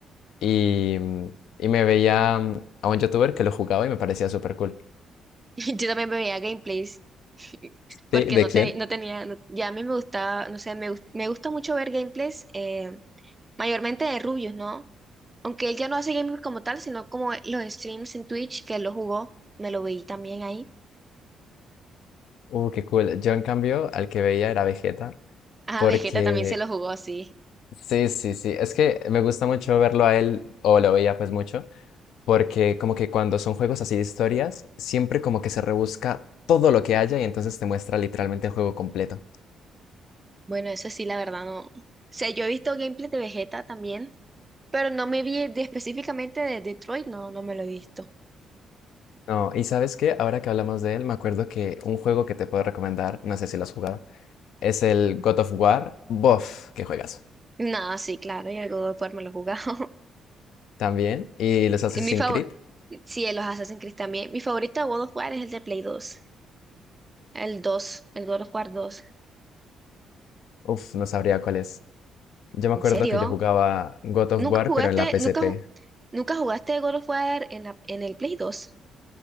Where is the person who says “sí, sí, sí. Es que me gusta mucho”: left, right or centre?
Left